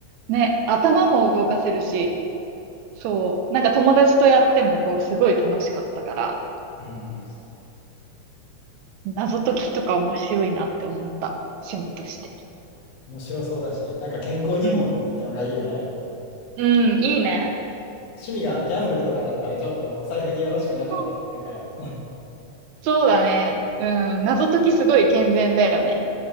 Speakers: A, on the right; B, on the left.
A: ね、頭も動かせるし、そう、なんか友達とやってもこうすごい楽しかったから、
B: う。うん。確か
A: 謎解きとか面白いなって思った、趣味として。
B: に面白そうだし、なんか健康にもいいったのがいいよね。
A: うん。うん、いいね。
B: 趣味がギャンブルとかだったらちょっとお財布によろしくなかったりするから。
A: うんそうだね。うん、謎解きすごい健全だよね。